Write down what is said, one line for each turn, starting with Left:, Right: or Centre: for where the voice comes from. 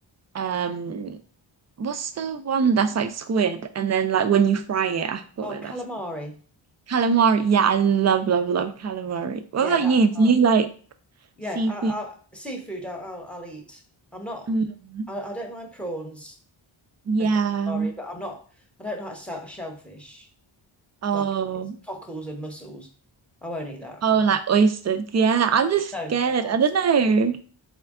Right: Um, what's the one that's like squid, and then like when you fry it, I forgot
Centre: Oh,
Right: what
Centre: calamari.
Right: that's called. Calamari. Yeah, I love, love, love calamari. What
Centre: Yeah,
Right: about
Centre: that's
Right: you? Do
Centre: fine.
Right: you like
Centre: Yeah,
Right: seafood?
Centre: I, I, seafood. I, I'll I'll eat. I'm not.
Right: Mm,
Centre: I, I don't mind prawns.
Right: yeah.
Centre: and calamari, but I'm not, I don't like shell- shellfish.
Right: Oh.
Centre: Like it's cockles and mussels. I won't eat that.
Right: Oh, like oysters. Yeah, I'm just
Centre: No, I
Right: scared.
Centre: always-
Right: I don't know.